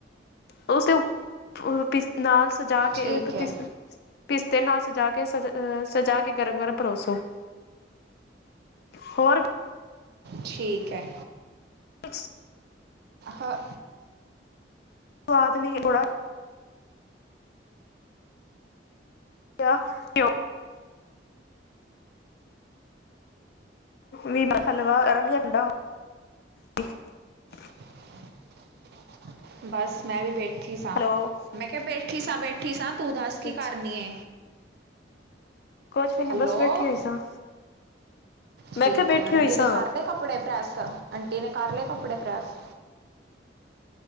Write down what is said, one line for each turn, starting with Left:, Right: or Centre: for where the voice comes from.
Left: ਉਸਦੇ ਨਾਲ ਸਜਾ ਕੇ
Right: ਠੀਕ
Left: ਪਤੀ
Right: ਹੈ
Left: <unintelligible> ਪਿਸਤੇ ਨਾਲ ਸਜਾ ਕੇ ਸਜਾ ਕੇ ਗਰਮ ਗਰਮ ਪਰੋਸੋ ਹੋਰ ਵੀ
Right: ਠੀਕ ਹੈ
Left: ਸਸ <unintelligible>
Right: ਹਾਂ
Left: ਸ ਅਦ ਲਈ ਉਹ <unintelligible> <inaudible> ਵੀ ਮੈਂ ਸੱਲਵਾਹ ਕਰਾਂਗੀ ਡਾ <unintelligible>
Right: <inaudible> ਬਸ ਮੈਂ ਵੀ ਬੈਠੀ ਸਾਂ
Left: ਹੈਲੋ
Right: ਮੈਂ ਕਿਹਾ ਬੈਠੀ ਸਾਂ ਬੈਠੀ ਸਾਂ ਤੂੰ ਦੱਸ ਕੀ
Left: ਕੁਛ
Right: ਕਰਨੀ
Left: ਕੁਛ ਵੀ ਨੀ
Right: ਹੈਲੋ
Left: ਬੱਸ ਬੈਠੀ ਹੋਈ ਸਾਂ ਮੈਂ
Right: ਠੀਕ
Left: ਕਿਹਾ ਬੈਠੀ
Right: ਹੈ ਆਂਟੀ
Left: ਹੋਈ
Right: ਨੇ
Left: ਸਾਂ
Right: ਕਰ ਲਏ ਕੱਪੜੇ ਪ੍ਰੈਸ ਆਂਟੀ ਨੇ ਕਰ ਲਏ ਕੱਪੜੇ ਪ੍ਰੈਸ